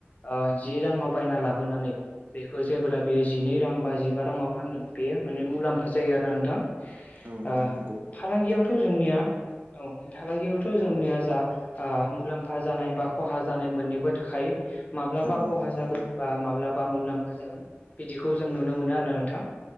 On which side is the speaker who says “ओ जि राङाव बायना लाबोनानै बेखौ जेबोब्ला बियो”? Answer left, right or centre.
Left